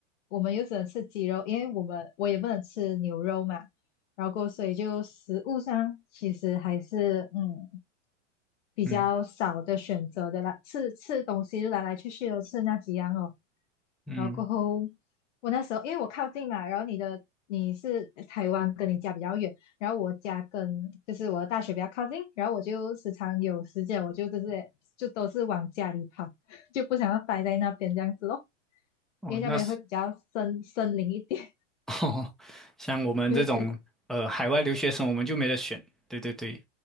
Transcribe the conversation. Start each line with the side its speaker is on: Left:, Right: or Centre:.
Left: 我们又只能吃鸡肉，因为我们我也不能吃牛肉嘛。然后过后所以就食物上其实还是嗯比较少的选择的啦，
Centre: 嗯
Left: 吃吃东西就来来去去都吃那几样哦。
Centre: 嗯，
Left: 然后过后，我那时候因为我靠近嘛，然后你的你是台湾，跟你家比较远，然后我家跟就是我的大学比较靠近，然后我就时常有时间，我就就是就都是往家里跑，<laughs> 就不想要待在那边这样子咯，
Centre: 哦，
Left: 因为那边会比较森森林一点，
Centre: 那是 <laughs> 哦，像我们这种呃海外留学生，
Left: <laughs> 对对
Centre: 我们就没得选，对对对，